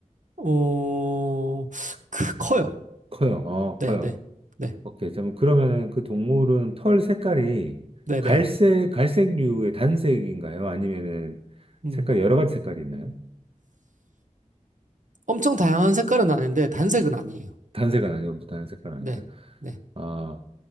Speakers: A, on the right; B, on the right.
A: 어, 크, 커요.
B: 커요. 어,
A: 네네.
B: 커요.
A: 네.
B: 오케이. 그럼 그러면 그 동물은 털 색깔이
A: 네네.
B: 갈색, 갈색류의 단색인가요? 아니면은
A: 음.
B: 색깔, 여러 가지 색깔이 있나요?
A: 엄청 다양한 색깔은 아닌데, 단색은 아니에요.
B: 단색은 아니고, 단색깔 아니다.
A: 네. 네.
B: 아,